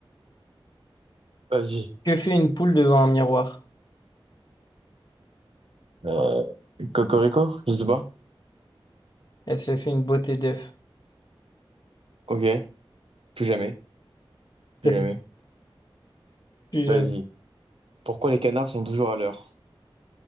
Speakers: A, on the right; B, on the left.
A: Vas-y.
B: Que fait une poule devant un miroir?
A: Euh, Cocorico? Je sais pas.
B: Elle se fait une beauté d'œuf.
A: Ok. Plus jamais. Plus
B: <laughs> Jamais,
A: jamais.
B: Plus
A: Vas-y.
B: jamais.
A: Pourquoi les canards sont toujours à l'heure?